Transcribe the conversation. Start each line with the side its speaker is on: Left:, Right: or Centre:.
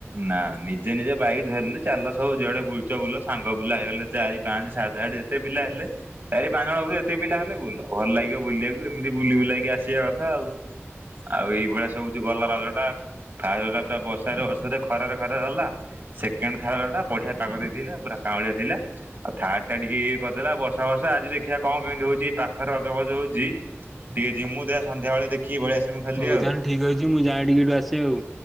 Right: ନା। ନିଜ ଯେ ନିଜ ବାଇକ ଧରିଲେ, ଚାଲ ସବୁ। ଯୁଆଡେ ବୁଲଚ ବୁଲ। ସାଙ୍ଗ ପିଲା ହେଇଗଲେ, ଚାରି ପାଞ୍ଚ ସାତ ଆଠ ଯେତେ ପିଲା ହେଲେ ଚାରି ପାଞ୍ଚ ଜଣ ବରୁ, ଏତେ ପିଲା ହେଲେ ବୁଲ ଭଲ ଲାଗିବ ବୁଲିବାକୁ। ଏମିତି ବୁଲି ବୁଲେଇକି ଆସିବା କଥା ଆଉ। ଆଉ ଏଇଭଳିଆ ସବୁଉଛି ଗଲା ରଜ ଟା। ଫାସ ଟା ପୁରା ବର୍ଷାରେ ବର୍ଷ ସେ ବଧେ ଖରରେ ଖରା ଗଲା। ସେକେଣ୍ଡ ଥାର୍ଡ ଟା ବଢିଆ ପାଗ ଦେଇଥିଲା। ପୁରା କାଉଁଳିଆ ଥିଲା। ଆଉ ଥାର୍ ଟା, ଟିକେ ଇଏ କରିଦେଲା, ବର୍ଷା ବର୍ଷା। ଆଜି ଦେଖିବା, କଣ କେମିତି ହଉଛି।? ଏଇ ପାଖରେ ରଜଫଜ ହଉଛି। ଟିଏ ଯି ମୁଁ ଦେୟା ସନ୍ଧ୍ୟା ବେଳେ ଦେଖିକି, ପଳେଆସିମି ମୁଁ ଖାଲି
Centre: ହଉ
Right: ଆଉ।
Centre: ତାହେଲେ ଠିକ ଅଛି ମୁଁ ଯାଏ ଟିକେ ଏଠୁ ଆସେ ଆଉ।